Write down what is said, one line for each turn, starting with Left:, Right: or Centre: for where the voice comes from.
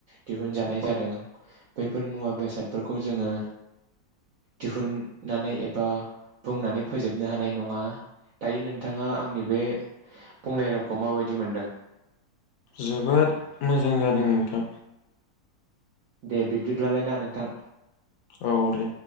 Right: दिहुनजानाय जादों बैफोर मुवा बेसादफोरखौ जोङो दिहुननानै एबा बुंनानै फोजोबनो हानाय नङा दायो नोंथाङा आंनि बे बुंनाय रावखौ माबायदि मोनदों?
Left: जोबोद मोजां जादों नोंथां।
Right: दे बिब्दिब्लालाय ना नोंथां।
Left: औ दे